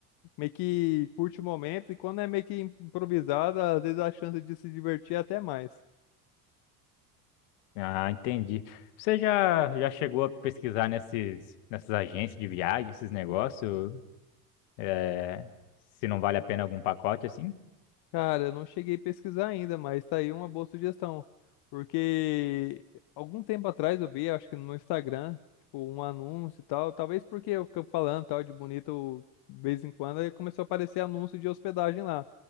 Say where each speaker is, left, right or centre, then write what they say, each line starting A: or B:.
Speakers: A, on the left; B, on the left.
A: meio que curte o momento, e quando é meio que improvisada, às vezes a chance de se divertir é até mais.
B: Ah, entendi. Você já, já chegou a pesquisar nesses, nessas agências de viagem, esses negócios, é, se não vale a pena algum pacote assim?
A: Cara, eu não cheguei a pesquisar ainda, mas tá aí uma boa sugestão. Porque algum tempo atrás eu vi, acho que no Instagram, tipo, um anúncio e tal, talvez porque eu fico falando tal de bonito de vez em quando, aí começou a aparecer anúncio de hospedagem lá.